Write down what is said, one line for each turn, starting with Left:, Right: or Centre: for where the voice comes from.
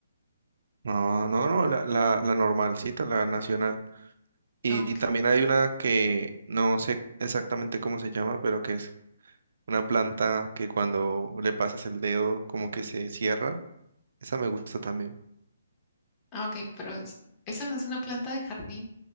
Right: No, no, no, la, la, la normalcita, la nacional. Y,
Left: Ok.
Right: y también hay una que no sé exactamente cómo se llama, pero que es una planta que cuando le pasas el dedo como que se cierra. Esa me gusta también.
Left: Ah, ok, pero es, eso no es una planta de jardín.